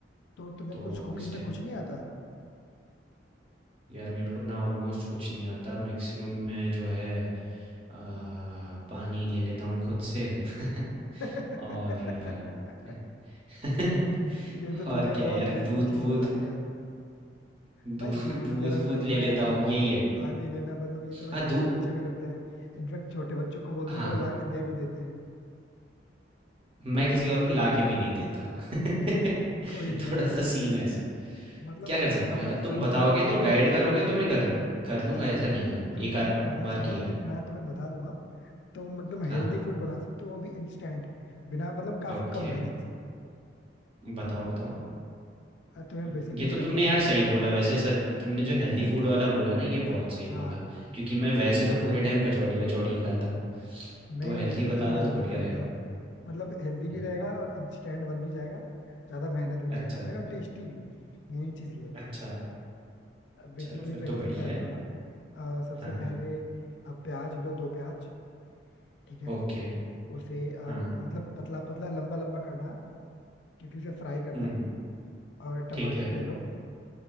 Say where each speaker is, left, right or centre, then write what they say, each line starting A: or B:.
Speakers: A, on the left; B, on the right.
A: तो तुम्हें
B: तो
A: कुछ कुकिंग
B: इस
A: में
B: टाइ
A: कुछ नहीं आता
B: यार मेरे को ना ऑलमोस्ट कुछ नहीं आता। मैक्सिमम मैं जो है अ, पानी ले लेता हूँ खुद से <laughs>
A: <laughs>
B: और अ, <laughs>
A: ये तो
B: और
A: तुमने यार
B: क्या
A: बहुत
B: यार दूध-वूध,
A: बेसिक चीज बता दिया यार।
B: दू
A: भाई दूध
B: दूध-वूध
A: गर्म करना
B: ले लेता
A: या
B: हूँ,
A: फिर
B: यही है।
A: पानी लेना मतलब ये तो भाई
B: हाँ,
A: छोटे
B: दू
A: बच्चे भी करते हैं इनफेक्ट छोटे बच्चों को बोल
B: हाँ।
A: दो तो वो ला के दे भी देते हैं
B: मैं किसी और को लाके भी नहीं देता <laughs>
A: <laughs> कोई नहीं
B: थोड़ा
A: यार
B: सा सीन है ऐसा
A: मतलब
B: क्या
A: अगर
B: कर सकता
A: तुम बनाना
B: हूँ यार
A: चाहो
B: तुम बताओगे
A: तो मैं तुम्हें
B: तो
A: कुछ
B: गाइड करोगे तो मैं कर कर लूँगा
A: हाँ
B: ऐसा
A: मतलब
B: नहीं है
A: तुम
B: एक आध
A: अगर करना चाहो
B: बार किया
A: ना
B: है
A: तो मैं तुम्हें बता दूंगा तुम एकदम हेल्दी
B: हाँ
A: फूड बना सकते हो वो भी इंस्टेंट बिना मतलब काफी
B: ओके
A: कम मेहनत से
B: बताओ बताओ
A: और तुम्हें
B: ये
A: बेसिकली
B: तो
A: करना
B: तुमने
A: क्या
B: यार
A: है
B: सही बोला वैसे सच तुमने जो हेल्दी फूड वाला बोला ना ये बहुत सही बोला
A: हाँ
B: क्योंकि मैं वैसे तो पूरे टाइम कचौड़ी वचौड़ी ही खाता हूँ
A: नहीं
B: तो हेल्दी
A: नहीं फिर
B: बता
A: तुम
B: दो
A: हेल्दी
B: तो बढ़िया
A: फूड
B: रहेगा
A: खाओ मतलब हेल्दी भी
B: हाँ
A: रहेगा और इंस्टेंट बन भी जाएगा ज्यादा मेहनत भी नहीं
B: अच्छा
A: करना पड़ेगा टेस्टी भी मेन चीज ये है
B: अच्छा
A: बेसिकली
B: चलो फिर
A: पहले
B: तो बढ़िया
A: तुम क्या
B: है
A: करो ना अ, सबसे
B: हाँ
A: पहले अब प्याज लो दो प्याज ठीक है
B: ओके
A: उसे अ,
B: हाँ
A: मतलब पतला पतला लंबा लंबा करना है क्योंकि उसे फ्राई करना
B: हम्म
A: है और टमाटर
B: ठीक है
A: ले लो